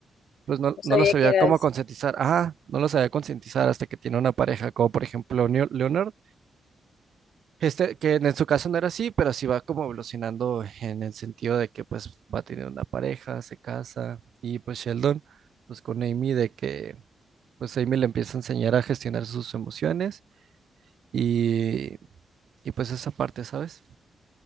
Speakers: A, on the right; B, on the left.
A: pues no,
B: no sabía
A: no lo sabía
B: que era
A: cómo
B: eso.
A: concientizar. Ah, no lo sabía concientizar hasta que tiene una pareja, como por ejemplo Neo- Leonard, este, que en su caso no era así, pero sí va como evolucionando en el sentido de que pues va a tener una pareja, se casa, y pues Sheldon, pues con Amy, de que pues Amy le empieza a enseñar a gestionar sus emociones y, y pues esa parte, ¿sabes?